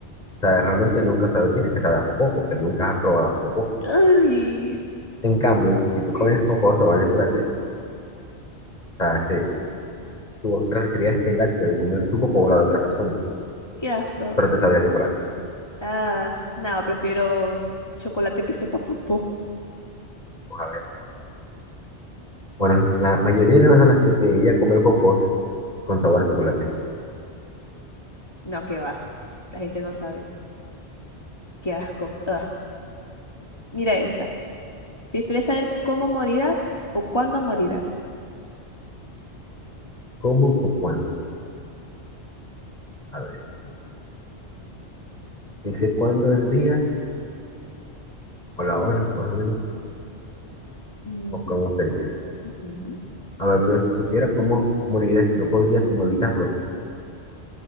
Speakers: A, on the left; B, on the left.
A: o sea, realmente nunca sabrías que sabe a popó, porque nunca has probado la popó.
B: Ay,
A: En cambio, si tú comías
B: <laughs>
A: popó sabor a chocolate, o sea, se- tú realizarías el acto de comer tu popó o la de otra persona,
B: qué asco.
A: pero te sabría a chocolate.
B: Ah, no, prefiero chocolate que sepa popó.
A: Vamos a ver. Bueno, la mayoría de las personas preferiría comer popos con sabor a chocolate.
B: No, que va. La gente no sabe. Qué asco. Ah, mira esta. ¿Prefieres saber cómo morirás o cuándo morirás?
A: ¿Cómo o cuándo? A ver, dice cuándo el día o la hora, más o menos,
B: Mm.
A: o cómo sería.
B: ujú.
A: A ver, pero si supiera cómo moriré, no podría como evitarlo.